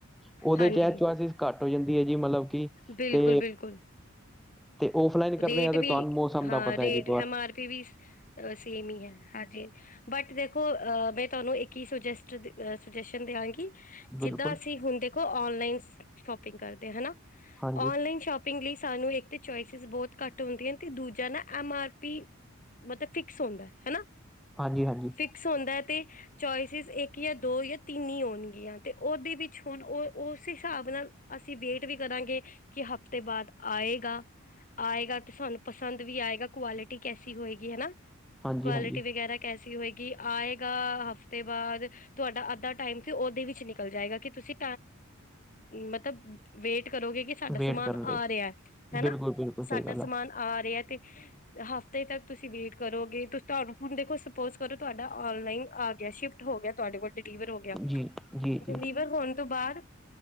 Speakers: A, in the centre; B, on the left (about 40°).
A: ਉਹਦੇ
B: ਹਾਂਜੀ
A: ਚ ਇਹ ਚੁਇਸਿਸ ਘੱਟ ਹੋ ਜਾਂਦੀ ਹੈ ਜੀ ਮਤਲਬ ਕਿ
B: ਬਿਲਕੁਲ
A: ਤੇ
B: ਬਿਲਕੁਲ
A: ਤੇ ਔਫਲਾਈਨ ਕਰਨੇ
B: ਰੇਟ
A: ਆ ਤੇ
B: ਵੀ
A: ਤੁਹਾਨੂੰ ਮੌਸਮ
B: ਹਾਂ
A: ਦਾ ਪਤਾ
B: ਰੇਟ
A: ਹੈ ਜੀ ਬਾਹਰ
B: ਐਮ ਆਰ ਪੀ ਵੀ ਸੇਮ ਹੀ ਹੈ, ਹਾਂਜੀ ਬਟ ਦੇਖੋ ਮੈਂ ਤੁਹਾਨੂੰ, ਇੱਕ ਹੀ ਸੁਜੈਸ਼ਨ ਦਿਆਂਗੀ ਕਿ
A: ਬਿਲਕੁਲ
B: ਜਿੱਦਾਂ, ਅਸੀਂ ਹੁਣ ਦੇਖੋ ਔਨਲਾਈਨ ਸ਼ੋਪਿੰਗ ਕਰਦੇ ਹਾਂ ਹਨਾ
A: ਹਾਂਜੀ
B: ਔਨਲਾਈਨ ਸ਼ੋਪਿੰਗ ਲਈ, ਸਾਨੂੰ ਇੱਕ ਚੋਆਇਸ ਬਹੁਤ ਘੱਟ ਹੁੰਦੀ, ਤੇ ਦੂਜਾ ਨਾ ਐਮ ਆਰ ਪੀ ਮਤਲਬ, ਫਿਕਸ ਹੁੰਦਾ ਹਨਾ।
A: ਹਾਂਜੀ ਹਾਂਜੀ
B: ਫਿਕਸ, ਹੁੰਦਾ ਹੈ ਤੇ ਚੋਇਸਿਸ ਇੱਕ ਜਾਂ ਦੋ ਜਾਂ ਤਿੰਨ ਹੋਣਗੀਆਂ ਤੇ ਉਹਦੇ ਵਿੱਚ ਹੁਣ ਉਹ ਉਸ ਹਿਸਾਬ ਨਾਲ ਅਸੀਂ ਵੇਟ ਵੀ ਕਰਾਂਗੇ ਕਿ, ਹਫ਼ਤੇ ਬਾਅਦ ਆਏਗਾ ਆਏਗਾ ਤੇ ਸਾਨੂੰ ਪਸੰਦ ਵੀ ਆਏਗਾ ਕੁਆਲਿਟੀ ਕੈਸੀ ਹੋਏਗੀ ਹਨਾ
A: ਹਾਂਜੀ
B: ਕੁਆਲਿਟੀ
A: ਹਾਂਜੀ
B: ਵਗੈਰਾ ਕ ਹੋਏਗੀ ਆਏਗਾ ਹਫ਼ਤੇ ਬਾਅਦ ਤੁਹਾਡਾ ਅੱਧਾ ਟਾਈਮ ਤੇ ਉਹਦੇ ਵਿੱਚ ਨਿਕਲ ਜਾਏਗਾ ਕਿ ਤੁਸੀਂ ਮਤਲਬ ਵੇਟ ਕਰੋਗੇ ਕਿ, ਸਾਡਾ
A: ਵੇਟ
B: ਸਮਾਨ
A: ਕਰਨ
B: ਆ
A: ਲਈ
B: ਰਿਹਾ
A: ਬਿਲਕੁਲ
B: ਹਨਾ
A: ਬਿਲਕੁਲ ਸਹੀ
B: ਸਾਡਾ
A: ਗੱਲ
B: ਸਮਾਨ ਆ ਰਿਹਾ ਤੇ ਹਫ਼ਤੇ ਤੱਕ ਤੁਸੀਂ ਵੇਟ ਕਰੋਗੇ ਤੁਸੀਂ ਤੁਹਾਨੂੰ ਹੁਣ ਦੇਖੋ ਪੋਸਟ ਕਰੋ ਤੁਹਾਡਾ ਔਨਲਾਈਨ ਆ ਗਿਆ ਸ਼ਿਫਟ ਹੋ ਗਿਆ ਤੁਹਾਡੇ ਕੋਲ ਡਿਲੀਵਰ ਹੋ ਗਿਆ।
A: ਜੀ ਜੀ ਜੀ
B: ਡਿਲੀਵਰ ਹੋਣ ਤੋਂ ਬਾਅਦ